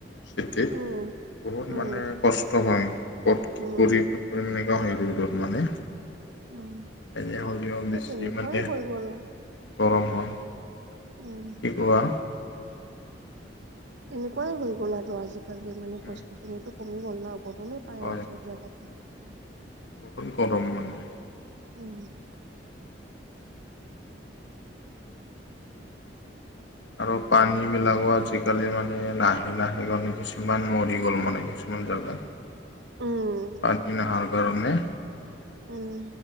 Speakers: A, on the left; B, on the right.
A: খেতিত
B: উম
A: বহুত
B: উম
A: মানে কষ্ট হয় ক'ত কি
B: উম
A: কৰিম? তাৰমানে তেনেকুৱা হয় <unintelligible> ৰ'দত মানে।
B: উম
A: এনে হ'লেও
B: এতিয়া
A: বেছি
B: তেনেকুৱাই
A: মানে
B: হৈ গ'ল
A: গৰম হয়।
B: উম!
A: শিকোৱা।
B: এনেকুৱাই হৈ গ'ল আৰু আজিকালি মানে
A: উম,
B: গছ-গছনিতো কমি গ'ল ন গৰমেই পায়
A: হয়
B: আৰু চব জাগাতে।
A: বহুত গৰম মানে।
B: উম।
A: আৰু পানী বিলাকো আজিকালি মানে নাহে-নাহে কাৰণে কিছুমান মৰি গ'ল মানে কিছু কিছুমান জাগাত
B: উম,
A: পানী নাহাৰ কাৰণে।
B: উম!